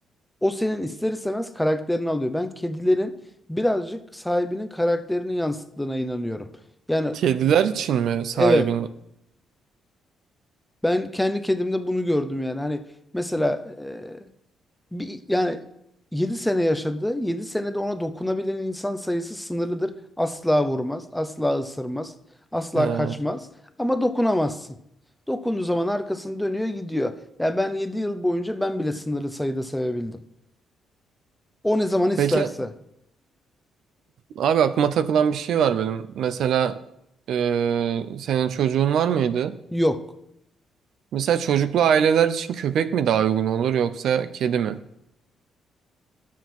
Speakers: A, in the centre; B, on the right.
A: o senin ister istemez karakterini alıyor. Ben kedilerin birazcık sahibinin karakterini yansıttığına inanıyorum. Yani
B: Kediler için mi sahibin?
A: evet ben kendi kedimde bunu gördüm yani. Hani mesela e, bir, yani 7 sene yaşadı. 7 senede ona dokunabilen insan sayısı sınırlıdır. Asla vurmaz, asla ısırmaz, asla
B: He.
A: kaçmaz ama dokunamazsın. Dokunduğu zaman arkasını dönüyor gidiyor. Ya ben 7 yıl boyunca ben bile sınırlı sayıda sevebildim. O ne zaman isterse.
B: Peki abi aklıma takılan bir şey var benim. Mesela e, senin çocuğun var mıydı?
A: Yok.
B: Mesela çocuklu aileler için köpek mi daha uygun olur yoksa kedi mi?